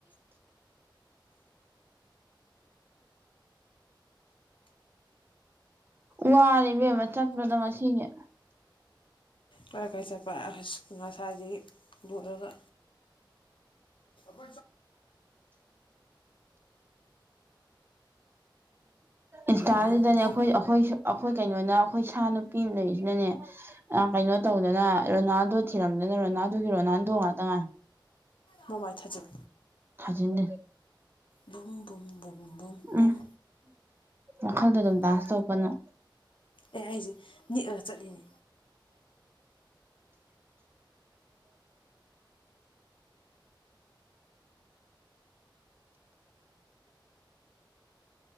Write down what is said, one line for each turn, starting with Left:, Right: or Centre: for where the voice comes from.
Right: ꯋꯥꯅꯦ ꯏꯕꯦꯝꯕ ꯆꯠꯄꯗ ꯉꯁꯤꯅꯦ
Left: ꯀꯥꯏ ꯀꯥꯏ ꯆꯠꯄ ꯉꯁꯥꯏꯗꯒꯤ ꯂꯑꯒ ꯝ
Right: ꯏꯟꯁꯇꯥꯁꯤꯗꯅꯦ
Left: ꯕꯨꯝ ꯕꯨꯝ
Right: ꯑꯩꯈꯣꯏ ꯑꯩꯈꯣꯏꯁꯨ ꯑꯩꯈꯣꯏ ꯀꯩꯅꯣ ꯀꯩꯅꯣꯅ ꯑꯩꯈꯣꯏ ꯁꯥ ꯅꯨꯄꯤ ꯑꯃ ꯂꯩꯔꯤꯁꯤꯅꯅꯦ ꯀꯩꯅꯣ ꯇꯧꯗꯅ ꯔꯣꯅꯥꯜꯗꯣ ꯊꯤꯔꯝꯗꯅ ꯔꯣꯅꯥꯗꯨꯒꯤ ꯔꯣꯅꯥꯟ ꯇꯣꯉꯥꯛ ꯇꯉꯥꯏ
Left: ꯃꯃꯥꯏ ꯊꯥꯖꯛ
Right: ꯎꯟꯅ
Left: ꯕꯨꯝ ꯕꯨꯝ ꯕꯨꯝ ꯕꯨꯝ
Right: ꯎꯝ
Left: ꯕꯨꯝ
Right: ꯎ ꯋꯥꯈꯜꯗ ꯑꯗꯨꯝ ꯗꯥꯟꯁ
Left: ꯕꯨꯝ
Right: ꯇꯧꯕꯅꯣ
Left: ꯑꯦ ꯑꯩꯁꯦ ꯅꯤꯛꯑꯒ ꯆꯠꯂꯤꯅꯦ